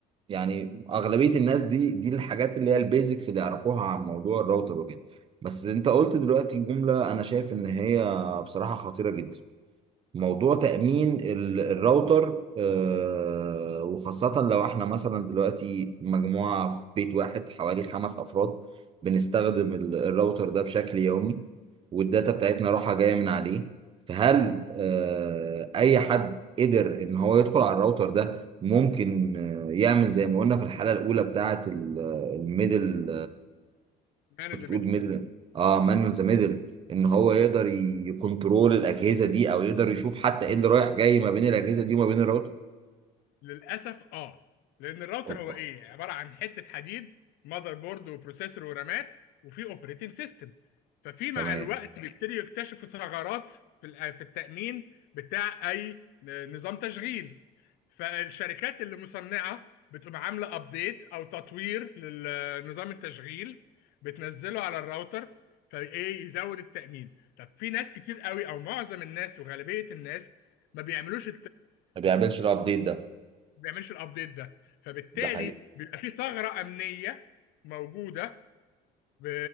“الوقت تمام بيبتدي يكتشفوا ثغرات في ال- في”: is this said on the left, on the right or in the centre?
Left